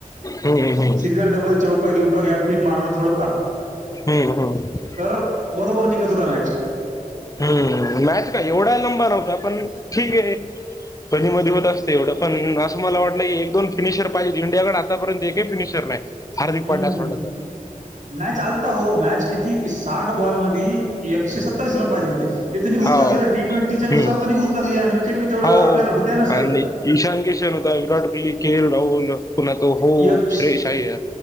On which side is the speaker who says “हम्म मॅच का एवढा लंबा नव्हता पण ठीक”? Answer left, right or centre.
Left